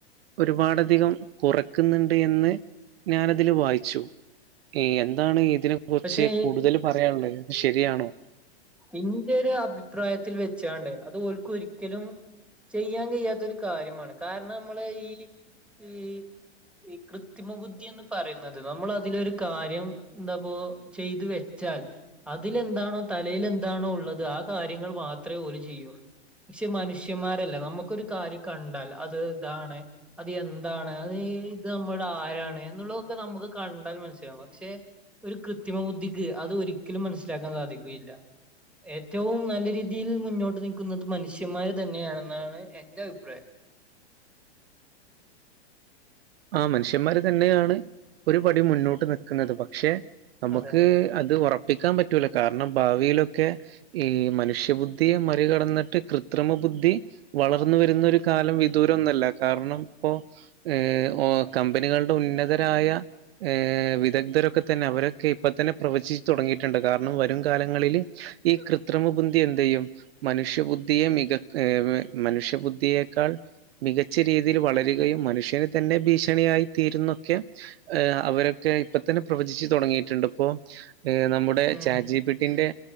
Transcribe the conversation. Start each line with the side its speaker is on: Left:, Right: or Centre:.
Right: ഒരുപാടധികം കുറക്കുന്നുണ്ട് എന്ന് ഞാൻ ഇതില് വായിച്ചു എന്താണ് ഇതിനെ കുറ്ച്ച്
Centre: പക്ഷെ
Right: കൂടുതൽ പറയാൻള്ളത് ശരി രിയാണോ
Centre: ഇഞ്ഞു അഭിപ്രായത്തിൽ വെച്ചാണ്ട് അതും ഓൽക്ക് ഒരിക്കലും ചെയ്യാൻ കഴിയാത്തൊരു കാര്യമാണ് കാര്ണം നമ്മള് ഈ ഈ ഈ കൃത്രിമ ബുദ്ധി എന്ന് പറയുന്നത് നമ്മൾ അതിലൊരു കാര്യം എന്താപ്പൊ ചെയ്ത് വെ ച്ചാൽ അതിലെന്താണോ തലേൽ എന്താണോ ഉള്ളത് ആ കാര്യങ്ങൾ മാത്രേ ഓല് ചെയ്യൊള്ളൂ പക്ഷെ മനുഷ്യന്മാരല്ല നമുക്കൊരു കാര്യം കണ്ടാൽ അത് ഇതാണ് അത് എന്താണ് അത് ഇത് നമ്മുടെ ആരാണ് എന്നുള്ളതൊക്കെ നമുക്ക് കണ്ടാൽ മനസ്സിലാവും പക്ഷെ ഒരു കൃത്രിമ ബുദ്ധിക്ക് അത് ഒരിക്കലും മനസ്സിലാക്കാൻ സാധിക്കും <unintelligible> യില്ല ഏറ്റവും നല്ല രീതിയിൽ മുന്നോട്ട് നൽക്കുന്നത് മനുഷ്യന്മാര് തന്നെയാണെന്നാണ് എന്റെ അഭിപ്രായം
Right: ആ മനുഷ്യന്മാര് തന്നെയാണ് ഒരു പടി മുന്നോട്ട് നിൽക്കുന്നത് പക്ഷെ നമക്ക്
Centre: അതെ
Right: അത് ഉറ പ്പിക്കാൻ പറ്റൂല കാരണം ഭാവിയിലൊക്കെ ഈ മനുഷ്യബുദ്ധിയെ മറികടന്നിട്ട് കൃത്രിമ ബു ദ്ധി വളർന്നു വരുന്ന ഒരു കാലം വിദൂരം ഒന്നല്ല കാരണം ഇപ്പോ ഏഹ് ഓ കമ്പനികളുടെ ഉന്നതരായ ഏഹ് വിദഗ്ധരൊക്കെ തന്നെ അവരൊക്കെ ഇപ്പ തന്നെ പ്രവചി തുടങ്ങിയിട്ടുണ്ട് കാരണം വരും കാലങ്ങളിൽ ഈ കൃത്രിമ ബുദ്ധി എന്ത് ചെയ്യും മനുഷ്യബുദ്ധിയെ മ മനുഷ്യബുദ്ധിയേക്കാൾ മികച്ച രീതിയിൽ വളരുകയും മനുഷ്യന് തന്നെ ഭീഷണിയായി തീരുന്നൊക്കെ ഏഹ് അവരൊക്കെ ഇപ്പ തന്നെ പ്രവചിച്ച് തുടങ്ങിയിട്ടുണ്ട് ഇപ്പോ നമ്മുടെ
Centre: ഉം
Right: ചാജ് ജീപിട്ടിന്റെ